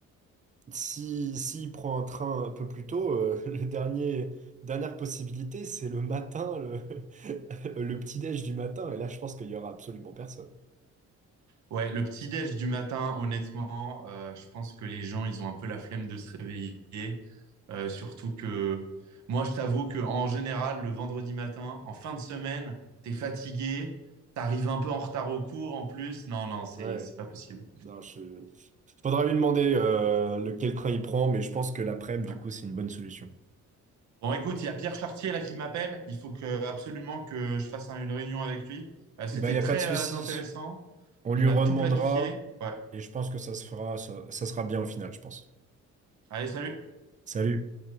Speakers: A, on the right; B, on the right.
A: si, s'il prend un train un peu plus tôt, euh, <laughs> le dernier, dernière possibilité, c'est le matin, le, <laughs> le petit-déj du matin. Et là, je pense qu'il y aura absolument personne.
B: Ouais, le petit déj du matin, honnêtement, euh, je pense que les gens, ils ont un peu la flemme de se réveiller. Euh, surtout que moi, je t'avoue que en général, le vendredi matin, en fin de semaine, t'es fatigué, t'arrives un peu en retard au cours en plus. Non, non, c'est
A: Ouais,
B: c'est pas possible.
A: non, je... Faudra lui demander euh, lequel train il prend, mais je pense que l'après-midi,
B: Ouais.
A: du coup, c'est une bonne solution.
B: Bon, écoute, il y a Pierre Chartier là qui m'appelle. Il faut que absolument que je fasse un- une réunion avec lui. Euh, c'était
A: Eh ben, il n'y a
B: très
A: pas de souci.
B: euh, intéressant.
A: On lui
B: On
A: redemandera
B: a tout planifié. Ouais.
A: et je pense que ça se fera, ça ça sera bien au final, je pense.
B: Allez, salut.
A: Salut.